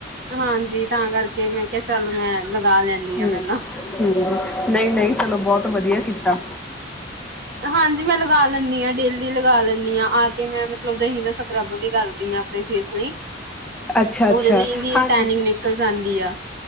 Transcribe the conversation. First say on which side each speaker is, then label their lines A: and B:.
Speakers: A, on the right (about 60°); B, in the centre.
A: ਹਾਂਜੀ, ਤਾਂ ਕਰਕੇ ਮੈਂ ਕਿਆ ਚੱਲ ਮੈਂ ਲਗਾ ਲੈਂਦੀ
B: ਹੁੰ
A: ਹਾਂ ਪਹਿਲਾਂ।
B: ਹੁੰ, ਨਈ ਨਈ ਚਲੋ ਬੌਤ ਵਧੀਆ ਕੀਤਾ।
A: ਹਾਂਜੀ ਮੈਂ ਲਗਾ ਲੈਂਨੀ ਆਂ ਡੇਲ ਲੀ ਲਗਾ ਲੈਂਨਿ ਆਂ ਆ ਕੇ ਮੈਂ ਮਤਲਬ ਦਹੀਂ ਦਾ ਸਕਰਬ ਵੀ ਕਰਦੀ ਆਂ ਆਪਣੇ ਫੇਸ ਨਈ।
B: ਅੱਛਾ ਅੱਛਾ
A: ਓਦੇ ਲਈ ਵੀ
B: ਹਾਂ
A: ਟੈਨਿੰਗ ਨਿਕਲ ਜਾਂਦੀ ਆ।